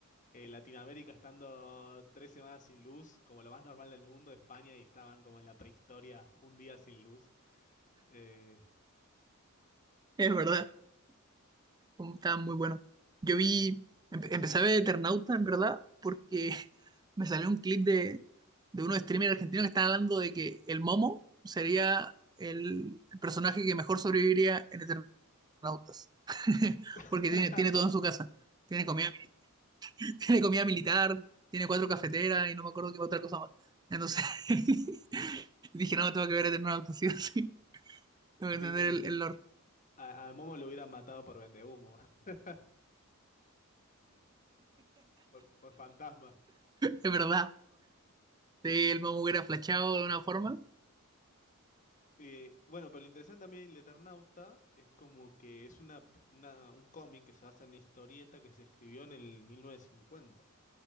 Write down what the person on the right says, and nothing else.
Es verdad. Oh, Estaba muy bueno. Yo vi, empe-
empecé a ver Eternauta, en verdad, porque <laughs> me salió un clip de, de unos streamers argentinos que están hablando de que el Momo sería el, personaje que mejor sobreviviría en Eternautas. <laughs>
Porque tiene, tiene todo en su casa. Tiene comida, <laughs> tiene comida militar, tiene cuatro cafeteras y no me acuerdo qué otra cosa más. Entonces <laughs> dije, no, tengo que ver Eternautas, sí o sí. Tengo que
entender
el, el lore.
Es verdad. Sí, el Momo hubiera flachado de una forma.